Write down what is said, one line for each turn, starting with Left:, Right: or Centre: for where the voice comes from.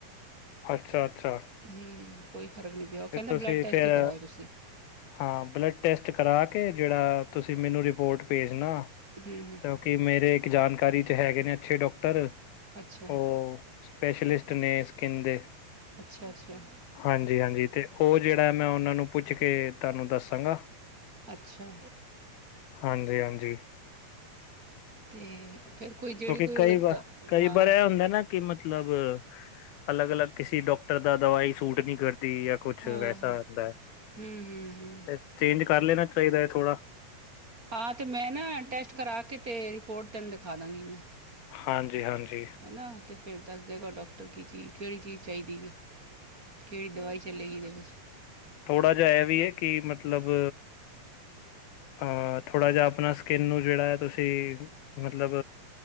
Left: ਅੱਛਾ-ਅੱਛਾ।
Right: ਹੂੰ, ਕੋਈ ਫਰਕ ਨੀ ਪਿਆ। ਓ
Left: ਤੇ
Right: ਕੈਂਦਾ
Left: ਤੁਸੀਂ
Right: ਬਲੱਡ ਟੈਸਟ
Left: ਫਿਰ
Right: ਈ ਕਰਾਓ ਤੁਸੀ।
Left: ਹਾਂ ਬਲੱਡ ਟੈਸਟ ਕਰਾ ਕੇ ਜੇੜਾ ਤੁਸੀ ਮੈਨੂੰ ਰਿਪੋਟ ਭੇਜਨਾ
Right: ਹੂੰ।
Left: ਕਿ ਮੇਰੇ ਇੱਕ ਜਾਣਕਾਰੀ 'ਚ ਹੈਗੇ ਨੇ ਅੱਛੇ ਡੋਕਟਰ,
Right: ਅੱਛਾ
Left: ਓ ਸਪੈਸ਼ਲਿਸਟ ਨੇ ਸਕਿੰਨ ਦੇ।
Right: ਅੱਛਾ-ਅੱਛਾ।
Left: ਹਾਂਜੀ-ਹਾਂਜੀ ਤੇ ਓ ਜੇੜਾ ਐ ਨਾ ਮੈਂ ਓਨਾਂ ਨੂੰ ਪੁੱਛ ਕੇ ਤਾਨੂੰ ਦੱਸਾਂਗਾ।
Right: ਅੱਛਾ।
Left: ਹਾਂਜੀ-ਹਾਂਜੀ।
Right: ਅਤੇ ਫਿਰ ਕੋਈ ਜਿਹੜੀ
Left: ਕਿਉਂਕਿ
Right: ਕੋਈ
Left: ਕਈ
Right: ਉਹ
Left: ਵਾਰ-
Right: ਦ
Left: ਕਈ
Right: ਹਾਂ
Left: ਵਾਰ ਏ ਹੁੰਦਾ ਨਾ। ਕਿ ਮਤਲਬ, ਅਲੱਗ -ਅਲੱਗ ਕਿਸੇ ਡਾਕਟਰ ਦਾ ਦਵਾਈ ਸੂਟ ਨਈ ਕਰਦੀ ਜਾਂ ਕੁਛ
Right: ਹਾਂ
Left: ਵੈਸਾ
Right: ਹਾਂ ਹੂੰ
Left: ਹੁੰਦਾ ਐ,
Right: ਹੂੰ ਹੂੰ
Left: ਤੇ ਚੇਂਜ ਕਰ ਲੈਣਾ ਚਾਹੀਦਾ ਹੈ ਥੋੜ੍ਹਾ
Right: ਹਾਂ, ਤੇ ਮੈਂ ਨਾ ਟੈਸਟ ਕਰਾ ਕੇ, ਤੇ ਰਿਪੋਰਟ ਤੈਨੂੰ ਦਿਖਾ ਦਾਂਗੀ ਮੈਂ
Left: ਹਾਂਜੀ -ਹਾਂਜੀ
Right: ਹੈ ਨਾ, ਤੇ ਫੇਿਰ ਦੱਸ ਦੇਗਾ ਡਾਕਟਰ ਕੀ ਚੀਜ਼- ਕਿਹੜੀ ਚੀਜ਼ ਚਾਹੀਦੀ ਜੀ, ਕੇਹੜੀ ਦਵਾਈ ਚਲੇ ਗਏ,
Left: ਥੋੜ੍ਹਾ ਜਿਹਾ ਐਹ ਵੀ ਹੈ, ਕਿ ਮਤਲਬ ਅਹ ਥੋੜ੍ਹਾ ਜਿਹਾ ਆਪਣਾ ਸਕਿੰਨ ਨੂੰ ਜੇਹੜਾ ਹੈ, ਤੁਸੀਂ ਮਤਲਬ